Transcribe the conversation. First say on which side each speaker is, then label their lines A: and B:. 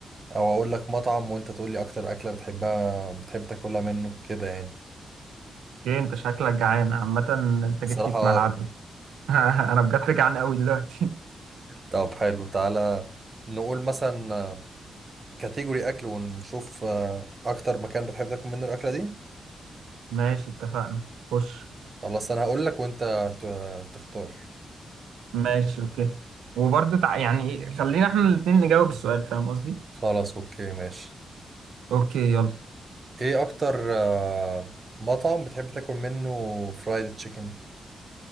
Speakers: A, on the right; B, on the right.
A: او اقول لك مطعم وانت تقول لي اكتر اكله بتحبها بتحب تاكلها منه كده يعني
B: ايه انت شكلك جعان عامة انت
A: بصراحه
B: جيت لي في ملعبي <laughs> انا بجد جعان قوي دلوقتي
A: طب حلو تعالى نقول مثلا آه، كاتيجوري اكل ونشوف آه، اكتر مكان بتحب تاكل منه الاكله دي
B: <laughs> ماشي اتفقنا خش
A: خلاص انا هقول لك وانت ت- تختار
B: ماشي اوكي وبرضه تع... يعني ايه، خلينا احنا الاتنين نجاوب السؤال فاهم قصدي
A: خلاص اوكي ماشي
B: اوكي يلا
A: ايه اكتر آه، مطعم بتحب تاكل منه فرايد تشيكن